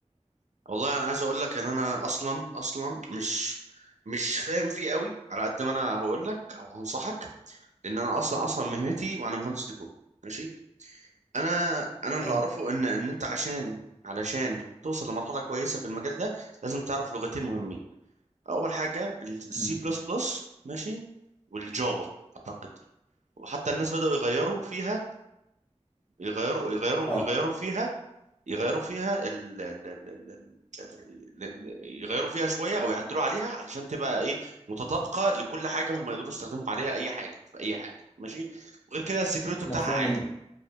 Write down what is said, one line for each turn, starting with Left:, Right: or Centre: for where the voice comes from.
Right: والله انا عايز اقول لك ان انا اصلا اصلا مش مش فاهم فيه قوي على قد ما انا هقول لك او هنصحك لان انا اصلا اصلا مهنتي وانا مهندس ديكور ماشي انا انا اللي
Left: حلو.
Right: اعرفه ان ان انت عشان علشان توصل لمرحله كويسه في المجال ده لازم تعرف لغتين مهمين اول حاجه السي
Left: مم.
Right: بلس بلس ماشي والجافا اعتقد وحتى الناس بدأوا يغيروا فيها يغيروا يغيروا
Left: اه
Right: يغيروا فيها يغيروا فيها ال... ال... ال... ال... ال- ال- يغيروا فيها شويه او يعدلوا عليها علشان تبقى ايه متطابقه لكل حاجه هم يقدروا يستخدموا عليها اي حاجه في اي حاجه ماشي وغير كده السكيورتي
Left: مفهوم
Right: بتاعها عادي